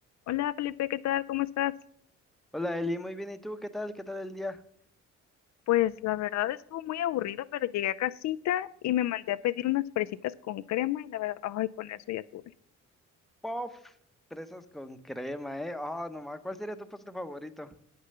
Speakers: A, on the left; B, in the centre.
A: Hola Felipe, ¿qué tal? ¿Cómo estás?
B: Hola Eli, muy bien. ¿Y tú qué tal? ¿Qué tal el día?
A: Pues la verdad estuvo muy aburrido, pero llegué a casita y me mandé a pedir unas fresitas con crema y la verdad, ay, con eso ya tuve.
B: ¡Pof! Fresas con crema, ¿eh? Ah, no nomás. ¿Cuál sería tu postre favorito?